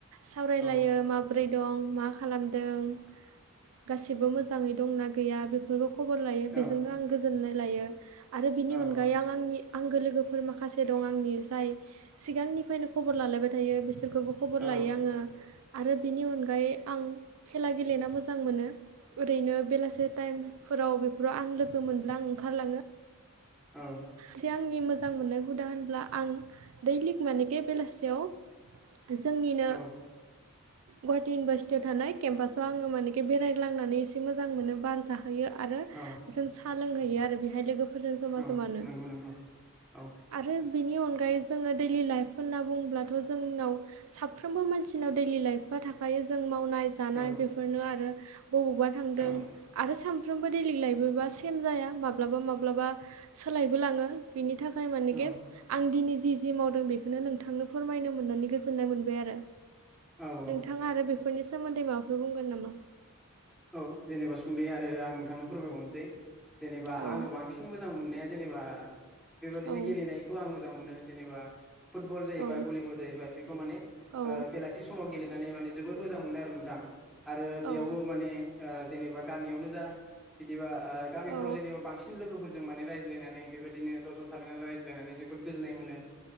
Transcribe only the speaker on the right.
सावरायलायो
माब्रै दं मा खालामदों। गासिबो मोजाङै दंना गैया बेफोरखौ खबर लायो बेजोंनो
आं गोजोननाय लायो। आरो बिनि
अनगायै
आ आंनि आंगो लोगोफोर माखासे दं आंनि जाय सिगांनिफायनो खबर लालायबाय थायो बिसोरखोबो खबर
लायो आङो आरो बिनि अनगायै आं खेला गेलेना मोजां मोनो ओरैनो बेलासे टाइम फोराव बेफोराव आं लोगो मोनब्ला आं ओंखारलाङो।
थि आंनि मोजां मोननाय हुदा हो ब्ला आं दैलिग मानेके बेलासेयाव जोंनिनो
गुवाहाटी इउनिभारसिटियाव थानाय केम्पासाव आङो माने बेरालालांनानै ऐसे मोजां मोनो बार जाहैयो आरो
सा लोंहैयो आरो बेहाय लोगोफोरजों जमा
जमानो
आरो बेनि अनगायै जोङो दैलि लाइफ होन्ना बुंङोबब्लाथ' जोंनाव सा फ्रोमबो मानसिनाव दैलि लाइफआ थाखायो जों मावनाय जानाय
बेफोरनो आरो बबावबा थांदों
आरो सामफ्रोमबो दैलिं लायबोबा सेम जाया माब्लाबा माब्लाबा बो लाङो बिनि थाखाय मानेगे
आं दिनै जि जि मावदों बेखौनो नोंथांनो फोरमायनो मोननानै गोजोननाय मोनबाय आरो
नोंथाङा आरो बेफोरनि सोमोनदै माबाफोर बुंगोन नामा
औ
औ
औ
औ
औ
औ